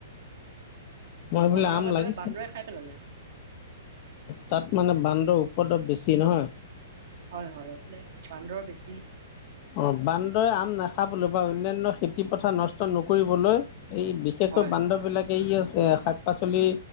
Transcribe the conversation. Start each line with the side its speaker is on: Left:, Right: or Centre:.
Left: মই বোলে
Right: আমাৰ
Left: আম
Right: আকৌ এইফালে
Left: লাগিছে
Right: বান্দৰে খাই পেলালে
Left: তাত মানে বান্দৰ পদৱ বেছি নহয়।
Right: হয় হয় এইফে বান্দৰ বেছি
Left: অ বান্দৰে আম নাখাবলৈ বা অন্যান্য খেতি পথাৰ নষ্ট নকৰিবলৈ এই বিশেষকৈ
Right: হয়
Left: বান্দৱ বিলাকে ইয় শাক পাচলি